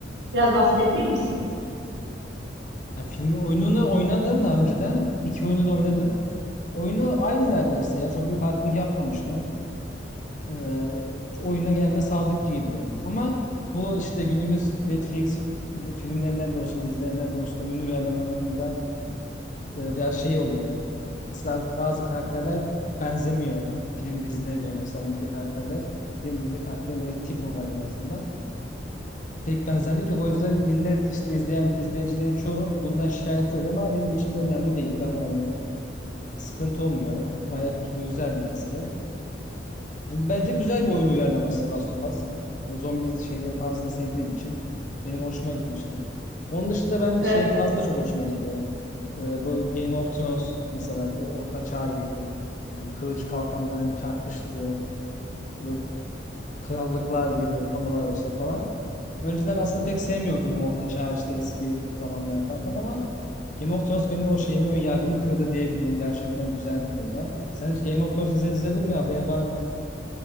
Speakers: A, on the right; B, on the left.
A: Biraz bahsedebilir misin?
B: Yani filmi oyununu oynadım daha önceden. İki oyunu da oynadım. Oyunu aynı neredeyse ya. Çok bir farklılık yapmamışlar. Ee, oyunda genelde sadık gidiyor. Ama bu işte günümüz Netflix filmlerinden de olsun, dizilerinden de olsun, oyun uyarlamalarında e, biraz şey oluyor. Mesela bazı karakterler benzemiyor film dizilere göre mesela oyundaki karakterle film dizi karakterin böyle tip olarak en azından pek benzerlik yok. O yüzden millet işte izleyen izleyicilerin çoğu bundan şikayetçi oluyor ama benim için bu önemli değil. Gay- Yani sıkıntı olmuyor. Gayet güzeldi ikisi de. Yani bence güzel bir oyun uyarlaması Last of Us. Yani zombi şeyde tarzı da sevdiğim için benim hoşuma gitmişti. Onun dışında ben şey
A: Ee,
B: tarzı da çok hoşuma gidiyor. E, bu Game of Thrones mesela gibi Orta Çağ gibi hani kılıç kalkanların çarpıştığı bu krallıklar gibi konular olsun falan. Önceden aslında pek sevmiyordum bu Orta Çağ işte eski zamanlar falan filan ama Game of Thrones benim o şeyimi, ön yargımı kırdı diyebilirim. Gerçekten güzel diyorlar. Sen hiç Game of Thrones izledin, izledin mi? Haberin var mı?